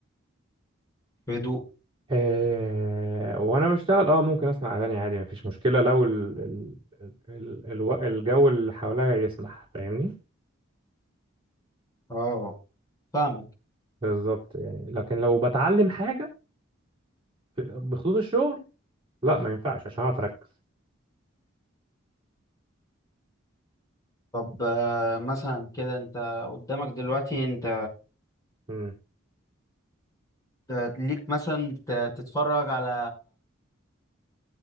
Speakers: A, on the left; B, on the right.
A: في هدوء
B: آه، وانا بشتغل اه ممكن اسمع اغاني عادي مفيش مشكله لو ال ال ال الو- الجو اللي حواليا يسمح فاهمني
A: اه فاهمك
B: بالظبط يعني لكن لو بتعلم حاجه في- بخطوط الشغل لا ما ينفعش عشان اعرف اركز
A: طب آه، مثلا كده انت قدامك دلوقتي انت
B: مم.
A: آه، ليك مثلا ت- تتفرج على